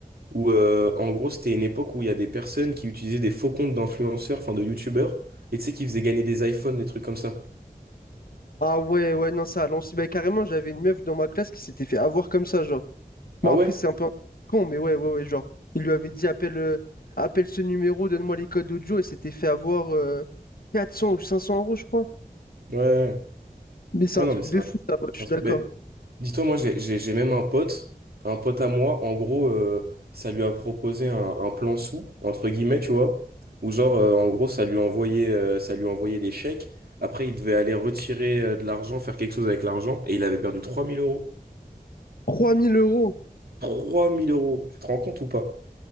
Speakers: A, on the right; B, on the left.
A: où, euh, en gros, c'était une époque où il y a des personnes qui utilisaient des faux comptes d'influenceurs, enfin de youtubeurs, et tu sais, qui faisaient gagner des iPhones, des trucs comme ça.
B: Ah ouais, ouais, non, ça, à l'ancienne, bah, carrément, j'avais une meuf dans ma classe qui s'était fait avoir comme ça, genre. Bon,
A: Ah
B: après,
A: ouais?
B: c'est un peu un con, mais ouais, ouais, ouais, genre, il lui avait dit, appelle, euh, appelle ce numéro, donne-moi les codes audio, et s'était fait avoir euh, 400 ou 500 euros, je crois.
A: Ouais. ouais, ouais.
B: Mais c'est
A: Ouais,
B: un
A: non,
B: truc
A: mais c'est
B: de
A: un,
B: fou, ça, ouais, je
A: c'est
B: suis
A: un truc.
B: d'accord.
A: Mais dis-toi, moi, j'ai j'ai- j'ai même un pote, un pote à moi, en gros, euh, ça lui a proposé un, un plan sous, entre guillemets, tu vois, où genre, euh, en gros, ça lui envoyait, euh, ça lui envoyait des chèques. Après, il devait aller retirer euh, de l'argent, faire quelque chose avec l'argent, et il avait perdu 3000 euros.
B: 3000 euros!
A: trois mille euros, tu te rends compte ou pas?